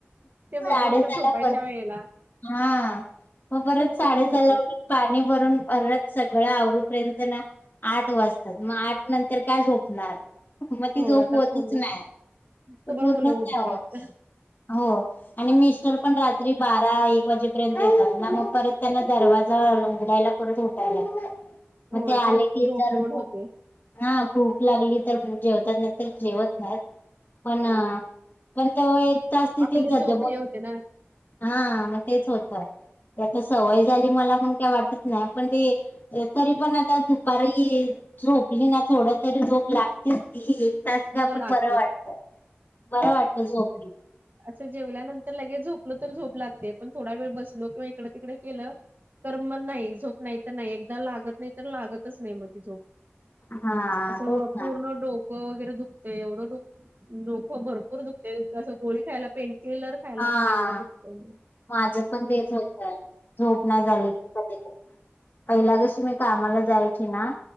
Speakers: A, on the right; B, on the left.
A: ते बरोबर
B: साडे
A: पण
B: सहाला
A: झोपायच्या
B: पर
A: वेळेला
B: हा मग परत साडे
A: तसच होते
B: सहाला उठून पाणी भरून परत सगळं आवरुपर्यंत ना आठ वाजतात मग आठ नंतर काय झोपणार मग ती
A: हो
B: झोप
A: आता
B: होतच
A: पूर्ण
B: नाही
A: तोवर
B: पूर्णच
A: मुलं उठतात
B: नाही होत हो आणि मिस्टर पण रात्री बारा एक वाजेपर्यंत येतात ना मग परत त्यांना दरवाजा उघडायला. परत उठाय लागत म
A: हो
B: ते आले
A: झोप
B: की जर
A: मोड होते.
B: हा भूक लागली तर भूक जेवतात नाहीतर जेवत नाहीत पण
A: अ
B: पण त एक तास तिथेच
A: आपली
B: जात
A: झोप
B: ब
A: हे होते ना
B: हा मग तेच होत त्याता सवय झाली मला पण काय वाटत नाही पण ते तरी पण आता दुपार झोपली ना थोड तरी झोप लागतेच ती तास का
A: हो
B: आपण
A: लागते.
B: बरं वाटत बरं वाटत झोप
A: अच्छ जेवल्यानंतर लगेच झोपल तर झोप लागते पण थोडा वेळ बसलो किंवा इकडं तिकडे केलं तर मग नाही झोप नाही तर नाही एकदा लागत नाही तर लागतच नाही मग ती झोप
B: हा
A: असं
B: तेच ना
A: पूर्ण डोक वगैरे दुखते एवढंडोकं भरपूर दुखते असं गोळी खायला पेंन किलर खायला लागतं
B: हा
A: एवढं दुख
B: माझं पण तेच होत झोप ना झाली की कधी कधी पहिला कशी मी कामाला जायची ना